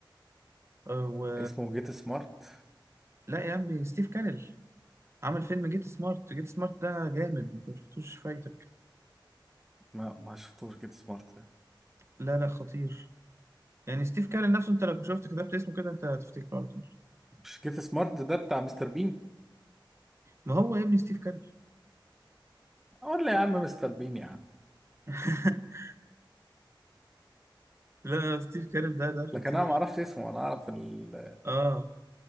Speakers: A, on the right; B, in the centre.
A: آه و
B: اسمه جيت سمارت
A: لا يا عمي ستيف كارل عمل فيلم جيت سمارت جيت سمارت ده جامد انت ما شفتوش فايتك
B: ما ما شفتوش جيت سمارت
A: لا لا خطير يعني ستيف كارل نفسه انت لو كنت شفت كتبت اسمه كده انت هتفتكره على طول
B: مش كيف سمارت ده بتاع مستر بين
A: ما هو يا ابني ستيف كارل
B: قول لي يا عم مستر بين يا عم
A: <laughs> لا ستيف كارل ده ده خطير
B: لكن انا ما اعرفش اسمه انا اعرف ال...
A: اه